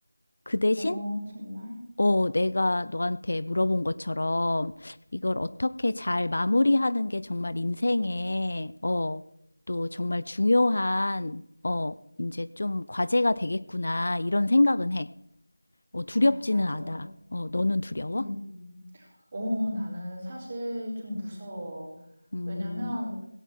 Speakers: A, on the left; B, on the right.
A: 그 대신,
B: 어, 정말?
A: 어, 내가 너한테 물어본 것처럼 이걸 어떻게 잘 마무리하는 게 정말 인생에, 어, 또 정말 중요한, 어, 이제 좀 과제가 되겠구나, 이런 생각은 해. 어, 두렵지는
B: 아, 맞아.
A: 않아. 어, 너는 두려워?
B: 음, 어, 나는 사실 좀 무서워.
A: 음,
B: 왜냐면,